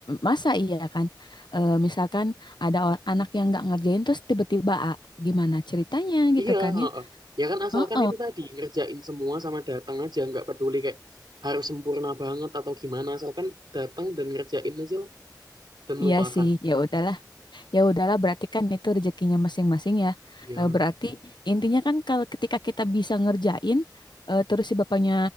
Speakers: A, on the left; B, on the right.
A: Masa iya kan? Eh, misalkan ada or- anak yang nggak ngerjain terus tiba-tiba "Ah, gimana ceritanya gitu
B: Iya,
A: kan
B: heeh.
A: ya?
B: Ya kan asalkan
A: Heeh,
B: itu tadi ngerjain semua sama datang aja nggak peduli kayak harus sempurna banget atau gimana asalkan datang dan ngerjain aja lah dan
A: Iya
B: lupakan.
A: sih. Ya udah ya udahlah berarti kan itu rezekinya masing-masing ya.
B: Iya,
A: Eh, berarti intinya kan kalau ketika kita bisa ngerjain eh, terus si bapaknya